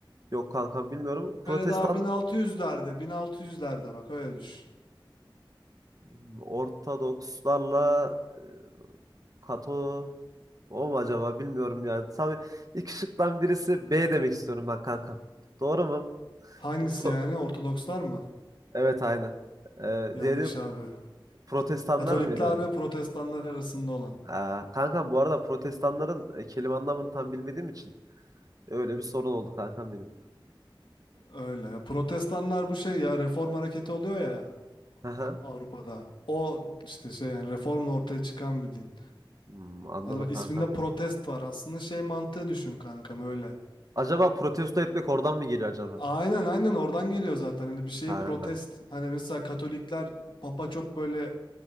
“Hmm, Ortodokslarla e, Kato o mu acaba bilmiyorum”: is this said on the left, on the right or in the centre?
Right